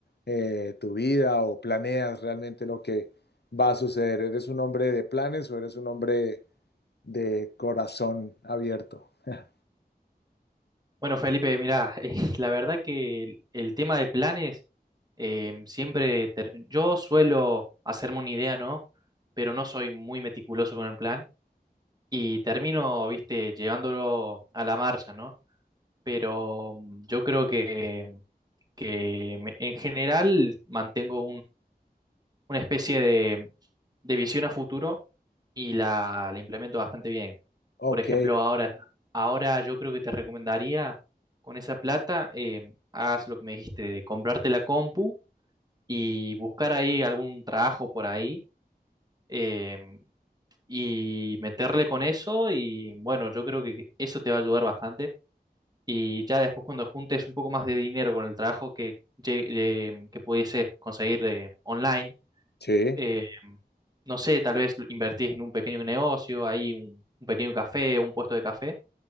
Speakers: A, on the left (about 90°); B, on the right (about 25°).
A: eh, tu vida o planeas realmente lo que va a suceder. ¿Eres un hombre de planes o eres un hombre de corazón abierto? <laughs>
B: Bueno, Felipe, mirá, <laughs> eh, la verdad que el, el tema de planes em, siempre... ter- Yo suelo hacerme una idea, ¿no? Pero no soy muy meticuloso con el plan y termino, viste, llevándolo a la marcha, ¿no? Pero mm, yo creo que, que me- en general mantengo una especie de, de visión a futuro y la, la implemento bastante bien.
A: Ok,
B: Por ejemplo, ahora, ahora yo creo que te recomendaría con esa plata, eh, hagas lo que me dijiste, de comprarte la compu y buscar ahí algún trabajo por ahí eh, y meterle con eso y bueno, yo creo que eso te va a ayudar bastante. Y ya después cuando juntes un poco más de dinero con el trabajo que, lle- eh, que pudieses conseguir eh, online
A: sí,
B: eh, no sé, tal vez invertís en un pequeño negocio, ahí un, un pequeño café, un puesto de café,